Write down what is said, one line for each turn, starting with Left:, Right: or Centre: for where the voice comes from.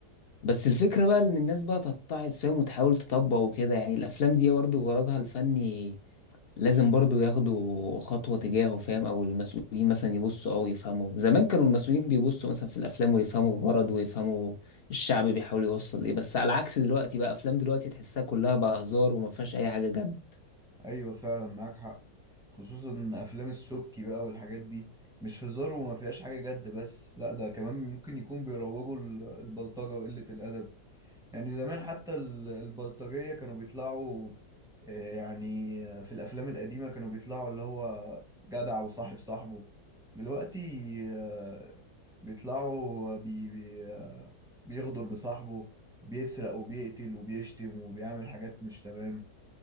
Left: بس الفكرة بقى إن الناس بقى تتعظ فاهم وتحاول تطبق وكده يعني الأفلام دي برضه غرضها الفني لازم برضو ياخدوا خطوة تجاهه فاهم او المسؤولين مثلا يبصوا او يفهموا زمان كانوا المسؤولين بيبصوا مثلا في الافلام ويفهموا الغرض ويفهموا الشعب بيحاول يوصل ايه بس على عكس دلوقتي بقى افلام دلوقتي تحسها كلها بقى هزار وما فيهاش اي حاجة جد
Centre: ايوه فعلا معاك حق خصوصا ان افلام السبكي بقى والحاجات دي مش هزار وما فيهاش حاجه جد بس لا ده كمان ممكن يكون بيروجوا ال- البلطجه وقله الادب يعني زمان حتى ال- البلطجيه كانوا بيطلعوا آه، يعني آه، في الافلام القديمه كانوا بيطلعوا اللي هو جدع وصاحب صاحبه دلوقتي آه، بيطلعوا بي بي آه، بيغدر بصاحبه وبيسرق وبيقتل وبيشتم وبيعمل حاجات مش تمام